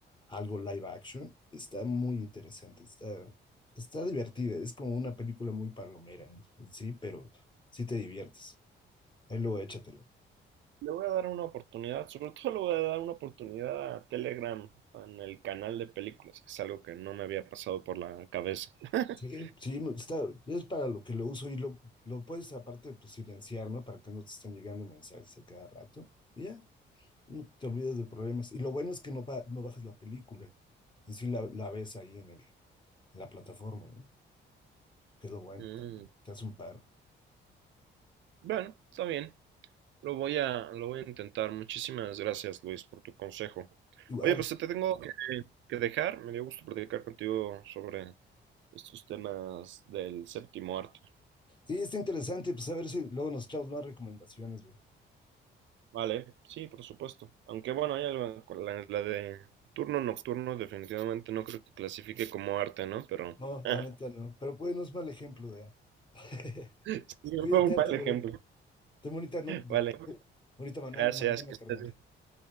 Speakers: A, on the left; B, on the right.
A: algo live action. Está muy interesante, está, está divertida, es como una película muy palomera en sí, pero sí te diviertes. Ahí luego échatelo.
B: Le voy a dar una oportunidad, sobre todo le voy a dar una oportunidad a Telegram en el canal de películas, que es algo que no me había pasado por la cabeza. <laughs>
A: Sí, sí, me- está, es para lo que lo uso y lo, lo puedes aparte pues silenciar, ¿no? Para que no te estén llegando mensajes a cada rato. y Ya, no te olvidas de problemas. Y lo bueno es que no, ba- no bajas la película, en sí la, la ves ahí en, el, en la plataforma, ¿no? Que es lo bueno
B: Mm.
A: también, te hace un paro.
B: Bueno, está bien. Lo voy a, lo voy a intentar. Muchísimas gracias, Luis, por tu consejo.
A: Igual,
B: Oye, pues te tengo que, que dejar. Me dio gusto platicar contigo sobre estos temas del séptimo arte.
A: sí, está interesante, pues a ver si luego nos echamos más recomendaciones, güey.
B: Vale, sí, por supuesto. Aunque bueno, hay algo con la, la de turno nocturno, definitivamente no creo que clasifique como arte, ¿no? Pero
A: No,
B: <laughs>
A: la neta no, pero pues no es mal ejemplo de arte.
B: sí,
A: <laughs> Cuídate,
B: fue un
A: arte,
B: mal
A: bro.
B: ejemplo.
A: Ten bonita, no,
B: Vale,
A: bonita mana-
B: gracias,
A: mañana,
B: que
A: carnal.
B: estés bien.